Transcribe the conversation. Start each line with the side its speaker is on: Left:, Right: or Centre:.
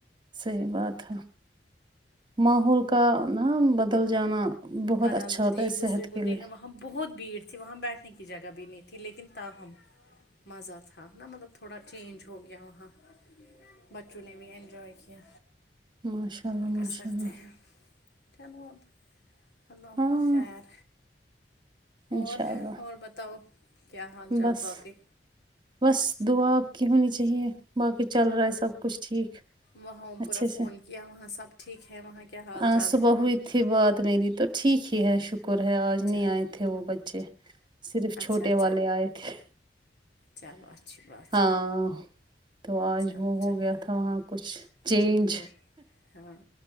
Right: صحیح بات ہے ماحول کا نہ بدل جانا
Left: بر
Right: بہت اچھا
Left: حال
Right: ہوتا
Left: ایک
Right: ہے
Left: دوسرے
Right: صحت
Left: کو
Right: کے لیے
Left: دیکھنا بہت بھیڑ تھی وہاں بیٹھنے کی جگہ بھی نہیں تھی لیکن تاہم مزہ تھا نا مطلب تھوڑا چینج ہو گیا وہاں بچوں نے بھی انینجوئے کیا
Right: ماشاء اللہ
Left: کیا کر
Right: ماشاء
Left: سکتے
Right: اللہ
Left: ہیں چلو اللہ ہمہ
Right: ہاں
Left: خیر
Right: انشاء
Left: اور
Right: اللہ
Left: اور بتاؤ کیا حال چال
Right: بس
Left: باقی
Right: بس دعا آ پکی ہونی چاہیے باقی چل رہا ہے سب کچھ ٹھیک
Left: وہاں پورا
Right: اچھے
Left: فون کیا وہاں سب ٹھیک ہے وہاں کیا حال
Right: آج
Left: چال
Right: صبح
Left: ہے
Right: ہوئی تھی بات میری تو ٹھیک ہی ہے شکر ہے آج نہیں
Left: چلو
Right: آئے تھے وہ بچے صرف
Left: اچھا
Right: چھوٹے
Left: اچھا
Right: والے آئے تھے
Left: چلو اچھی بات
Right: ہاں
Left: ہے
Right: تو آج
Left: چلو
Right: وہ
Left: چلو
Right: ہو گیا تھا وہاں کچھ چینج
Left: ان کو ہاں